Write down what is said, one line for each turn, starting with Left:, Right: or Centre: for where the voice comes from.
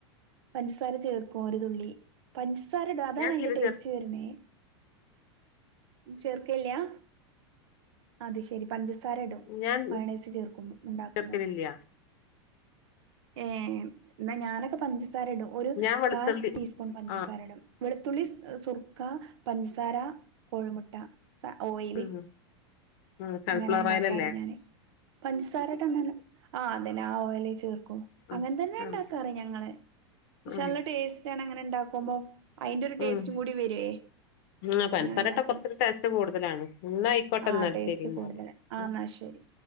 Right: പഞ്ചസാര ചേർക്കും ഒരു തുള്ളി പഞ്ചസാരയിടും അതാണ്
Left: ഞാൻ
Right: അതിന്റെ
Left: തീരെ
Right: ടേസ്റ്റ്
Left: ചേർ
Right: വരുന്നേ ചേർക്കല്ലിയാ അത് ശെരി പഞ്ചസാര ഇടും
Left: ഞാൻ
Right: മയോണൈസ് ചേർക്കും ഉണ്ടാക്കുമ്പോ
Left: ചേർക്കലില്ല
Right: ഏ എന്നാ ഞാനൊക്കെ പഞ്ചസാ സാര ഇടും ഒരു
Left: ഞാൻ വെളുത്തുള്ളി
Right: കാൽ ടീസ്പൂൺ പഞ്ചസാരയിടും
Left: ആഹ്
Right: വെളുത്തുള്ളി സുർ ക്ക പഞ്ചസാര, കോഴിമുട്ട, ഓയില്
Left: ഉം ഉം സൺഫ്ലവർ
Right: ഇങ്ങനെ ഉണ്ടാക്കാറ്
Left: ഓയിലല്ലേ
Right: ഞാന് പഞ്ചസാര ആ അതന്നെ ആ ഓയില് ചേർക്കും
Left: ഉം
Right: അങ്ങനെ തന്നെ
Left: ഉം
Right: ഉണ്ടാക്കാറ ഞങ്ങള് പക്ഷെ
Left: ഉം
Right: നല്ല ടേസ്റ്റ് ആണ് അങ്ങനെ ഇണ്ടാക്കുമ്പോ അതിന്റെ ഒരു ടേസ്റ്റും
Left: ഉം
Right: കൂടി വരുവേ
Left: ഉം പൻസാരട്ടാ
Right: അങ്ങനെ ഇണ്ടാക്കുമ്പോ
Left: കുറച്ചൊരു ടേസ്റ്റ് കൂടുതലാണ് എന്നാ ആയിക്കോട്ടെ
Right: ആഹ
Left: എന്നാൽ
Right: ടേസ്റ്റ്
Left: ശരി എന്നാല്
Right: കൂടുതല ആ എന്നാ ശരി